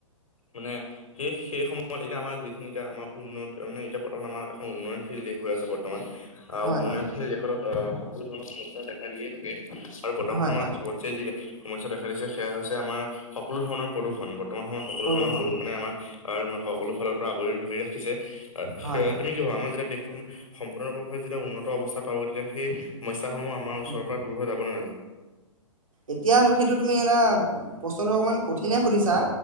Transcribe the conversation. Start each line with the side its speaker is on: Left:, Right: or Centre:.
Left: মানে সেই, সেই সময়ত এতিয়া আমাৰ যিখিনি এতিয়া আমাৰ উন্নত তাৰমানে এতিয়া বৰ্তমান আমাৰ এখন উন্নয়নশীল দেশ হৈ আছে। বৰ্তমান অহ,
Right: হয়
Left: উন্নয়নশীল
Right: হয়
Left: দেশত অহ, সকলো ধৰণৰ সমস্যা দেখা দিয়ে থাকে আৰু বৰ্তমান
Right: হয়
Left: সময়ত
Right: হয়
Left: বতছে্ জিৰাই। সমস্যা দেখা দিছে সেয়া হৈছে আমাৰ সকলো ধৰণৰ প্ৰদূৰণ বৰ্তমান সময়ত সকলো
Right: প্ৰদূষণ
Left: ধৰণৰ প্ৰদূৰণে আমাৰ সকলো ফালৰ পৰা আৱৰি ধৰি ৰাখিছে।
Right: হয়
Left: সেয়া
Right: হয়
Left: তুমি কি ভাবা। আমাৰ যেতিয়া দেশখন সম্পূৰ্ণৰূপে যেতিয়া উন্নত অৱস্থা পাব তেতিয়া সেই সমস্যা সমস্যাসমূহ আমাৰ ওচৰৰ
Right: উম,
Left: পৰা দূৰ হৈ যাব নে নাযায়।
Right: এতিয়া সেইটো তুমি এটা প্ৰশ্নটো অকণমান কঠিন নে সুধিছা